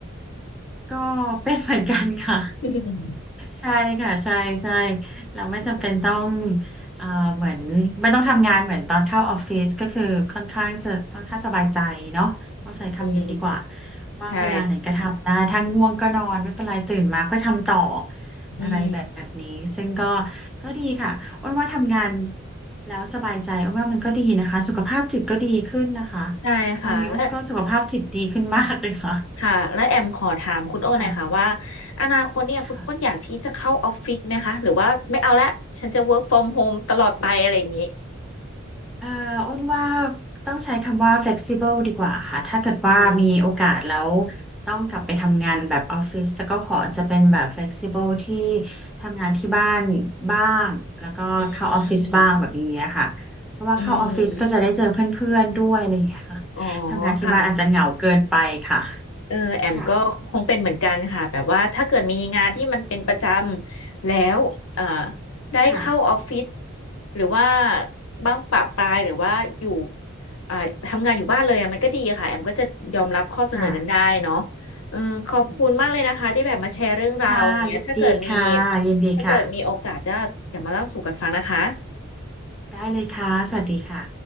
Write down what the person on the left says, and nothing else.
อืม
อืม
อืม
ใช่อืม
ใช่ค่ะและ
ค่ะและแอมขอถามคุณโอ้หน่อยค่ะว่า
อนาคตเนี่ยคุณโอ้นอยากที่จะเข้าออฟฟิศไหมคะหรือว่าไม่เอาละฉันจะ
work from home ตลอดไปอะไรอย่างนี้
อืม
อืมอืมอ๋อค่ะ เออแอมก็คงเป็นเหมือนกันค่ะแบบว่าถ้าเกิดมีงานที่มันเป็นประจำแล้วเอ่อ
ได้เข้าออฟฟิศ
หรือว่าบ้างปะปลายหรือว่าอยู่อ่าทำงานอยู่บ้านเลยอะมันก็ดีค่ะแอมก็จะยอมรับข้อเสนอนั้นได้เนาะ
เออขอบคุณมากเลยนะคะที่แบบมาแชร์เรื่องราวอย่างเงี้ยถ้าเกิดมี
ถ้าเกิดมีโอกาสจะเดี๋ยวมาเล่าสู่กันฟังนะคะ